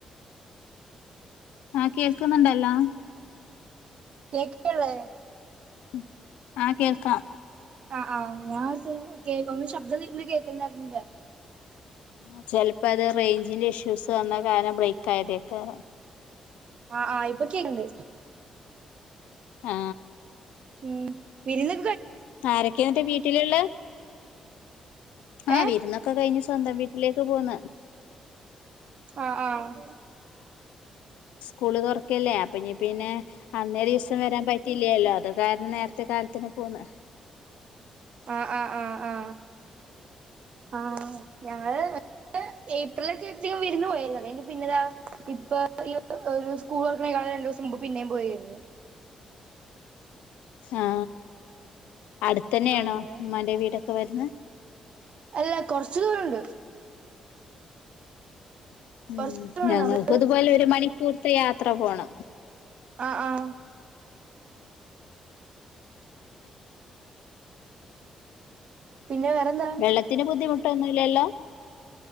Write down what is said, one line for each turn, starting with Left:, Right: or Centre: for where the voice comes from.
Left: ആ കേൾക്കുന്നുണ്ടല്ലോ
Right: കേക്ക്ന്ന്ള്ളത്
Left: ഉം ആഹ് കേൾക്കാം
Right: ആ ആ ഞാൻ <unintelligible> കേ ഒന്നും ശബ്ദം കേൾക്കണ്ടായിരുന്നില്ല
Left: ആ ചെലപ്പോ അത് റേഞ്ചിന്റെ ഇഷ്യൂസ് വന്ന കാരണം ബ്രേക്ക് ആയതേകാരം
Right: ആ ആഹ് ഇപ്പൊ ക്കെക്ണ്ട്
Left: ആ
Right: ഉം വിരുന്ന്
Left: ആരൊക്കെ എന്നിട്ട് വീട്ടിലുള്ളെ ആ
Right: ഏ
Left: വിരുന്നൊക്കെ കഴിഞ് സ്വന്തം വീട്ടിലേക്ക് പോന്ന്.
Right: ആ ആ
Left: സ്കൂള് തുറക്കല്ലേ അപ്പ പിന്നെ അന്നേര ഈ സ് ഇപ്പം വരാൻ പറ്റില്ലല്ലോ അത് കാരണം നേരത്തെ കാലത്തിനെ പോന്ന്
Right: ആ ആ ആ ആ ആ ഞങ്ങള് ഏപ്രില് ഒക്കെ വിരുന്ന് പോയാരുന്നു അ പിന്നെടാ ഇപ്പൊ ഈ ഒരു സ്കൂൾ തൊർക്കണേക്കാളും രണ്ടു ദിവസം മുമ്പ് പിന്നേം പോയിരുന്നു.
Left: ആ അടുത്ത് തന്നെയാണോ
Right: അങ്ങനെ
Left: ഉമ്മാന്റെ വീട്? വരുന്ന്
Right: അല്ല കൊറച്ചു ദൂരുണ്ട്.
Left: ഉം
Right: കൊറച്ച് ദൂരണ്ട്
Left: ഞങ്ങൾക്ക്
Right: നമ്മള്
Left: ഇതുപോലെ ഒരു മണിക്കൂർത്തെ യാത്ര പോണം.
Right: ആ ആ പിന്നെ വേറെന്താ
Left: വെള്ളത്തിന് ബുദ്ധിമുട്ടൊന്നുല്ലല്ലോ?